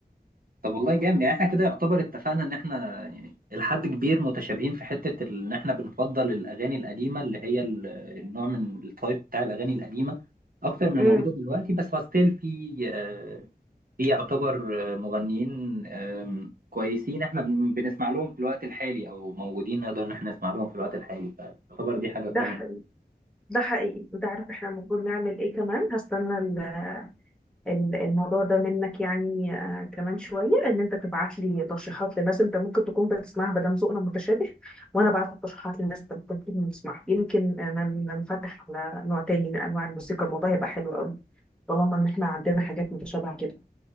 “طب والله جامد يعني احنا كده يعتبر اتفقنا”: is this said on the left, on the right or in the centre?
Right